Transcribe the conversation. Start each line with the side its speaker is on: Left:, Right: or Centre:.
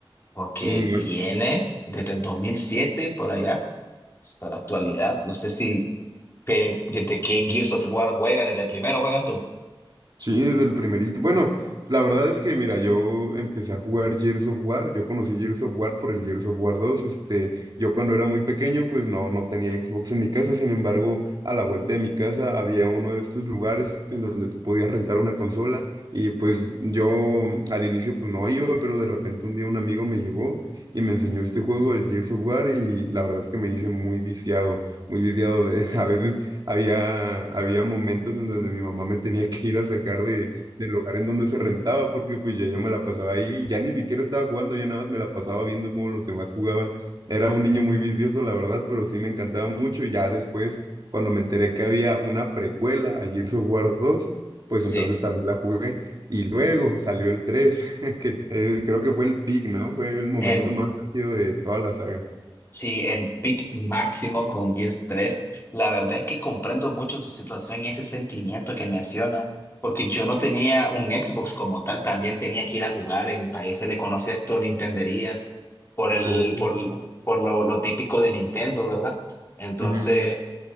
Left: porque
Right: Sí, no.
Left: viene desde el 2007 por allá hasta la actualidad. No sé si que- desde qué Gears of War juega, desde el primero juegas tú.
Right: Sí, desde el primerito. Bueno, la verdad es que, mira, yo empecé a jugar Gears of War. Yo conocí Gears of War por el Gears of War dos. Este, yo cuando era muy pequeño, pues no, no tenía Xbox en mi casa. Sin embargo, a la vuelta de mi casa había uno de estos lugares en donde tú podías rentar una consola. Y pues yo mm, al inicio pues no iba, pero de repente un día un amigo me llevó y me enseñó este juego, el Gears of War, y la verdad es que me hice muy viciado, muy viciado de <laughs> a veces. Había, había momentos en donde mi mamá me tenía que ir a sacar de, del lugar en donde se rentaba, porque pues ya yo me la pasaba ahí, ya ni siquiera estaba jugando, ya nada más me la pasaba viendo cómo los demás jugaban. Era un niño muy vicioso, la verdad, pero sí me encantaba mucho. Y ya después, cuando me enteré que había una precuela a Gears of War dos pues
Left: Sí.
Right: entonces también la jugué. Y luego salió el 3 <laughs> que eh, creo que fue el peak, ¿no? Fue el momento
Left: El
Right: más ácido de toda la saga.
Left: Sí, el pick máximo con Gears tres. La verdad es que comprendo mucho tu situación y ese sentimiento que mencionas, porque yo no tenía un Xbox como tal, también tenía que ir a jugar. En mi país se le conocía esto Nintenderías por el,
Right: Oh,
Left: por, por lo, lo típico de Nintendo, ¿verdad? Entonces,
Right: ujú.